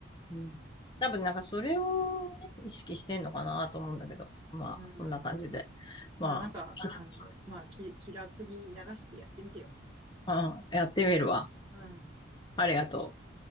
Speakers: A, on the left (about 25°); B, on the right (about 25°).
A: うん。多分なんかそれを、ね、意識してんのかなと思うんだけど。まあ、
B: うん。
A: そんな感じで。まあ、
B: まあなんか、
A: <laughs>
B: あの、まあき気楽に流してやってみてよ。
A: うん、やってみるわ。
B: うん。
A: ありがとう。